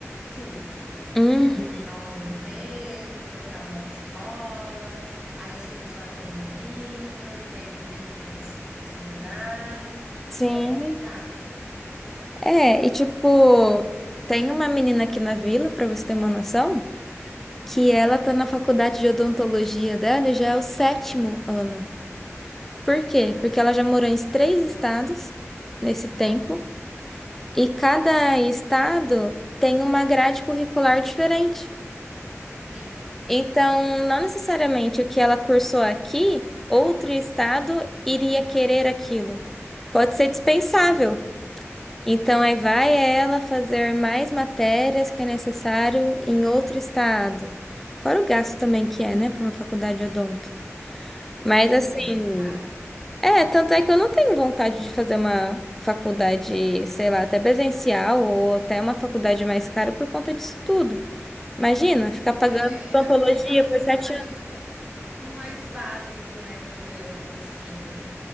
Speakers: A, on the right (about 15°); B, in the centre.
A: tudo.
B: Uhum.
A: Então, procurar um novo emprego, procurar uma nova escola, aí os filhos fazem amiguinhos, e aí de repente já tem que se que se mudar.
B: Sim.
A: É complicado.
B: É, e tipo, tem uma menina aqui na vila, pra você ter uma noção, que ela tá na faculdade de odontologia dela e já é o sétimo ano. Por quê? Porque ela já morou em três estados nesse tempo, e cada estado tem uma grade curricular diferente.
A: Sim,
B: Então, não necessariamente o que ela cursou aqui, outro estado iria querer aquilo. Pode ser dispensável. Então, aí vai ela fazer mais matérias que é necessário em outro estado. Fora o gasto também que é, né, para uma faculdade de odonto. Mas
A: porque
B: assim,
A: é muito cara.
B: é, tanto é que eu não tenho vontade de fazer uma faculdade, sei lá, até presencial ou até uma faculdade mais cara por conta disso tudo. Imagina, ficar pagando
A: É,
B: odontologia
A: a gente acaba
B: por
A: ficando
B: sete
A: ali no no mais básico, né, digamos assim,